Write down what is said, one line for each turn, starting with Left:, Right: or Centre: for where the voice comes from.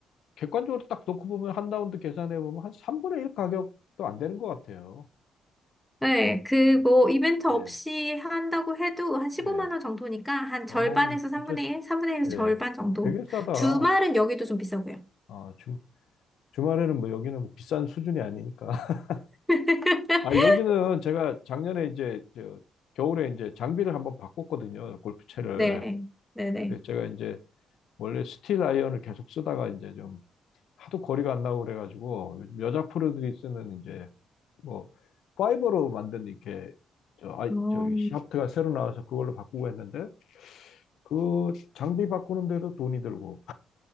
Left: 객관적으로 딱 놓고 보면 한 라운드 계산해 보면 한 3분의 1 가격도 안 되는 것 같아요.
Centre: 네, 그
Left: 네,
Centre: 뭐 이벤트 없이
Left: 예,
Centre: 한다고 해도 한 15만
Left: 예.
Centre: 원 정도니까 한
Left: 어우,
Centre: 절반에서 3분의
Left: 진짜
Centre: 1, 3분의 1에서
Left: 예.
Centre: 절반 정도.
Left: 되게 싸다.
Centre: 주말은 여기도 좀 비싸고요.
Left: 아, 주, 주말에는 뭐 여기는 뭐 비싼 수준이 아니니까. <laughs>
Centre: <laughs>
Left: 아, 여기는 제가 작년에 이제 저 겨울에 이제 장비를 한번 바꿨거든요. 골프채를.
Centre: 네, 네네.
Left: 그 제가 이제 원래 스틸 아이언을 계속 쓰다가 이제 좀 하도 거리가 안 나고 그래가지고 요즘 여자 프로들이 쓰는 이제 뭐 파이버로 만든 이렇게 저 아이
Centre: 어,
Left: 저기 샤프트가 새로 나와서 그걸로 바꾸고 했는데 그 장비 바꾸는데도 돈이 들고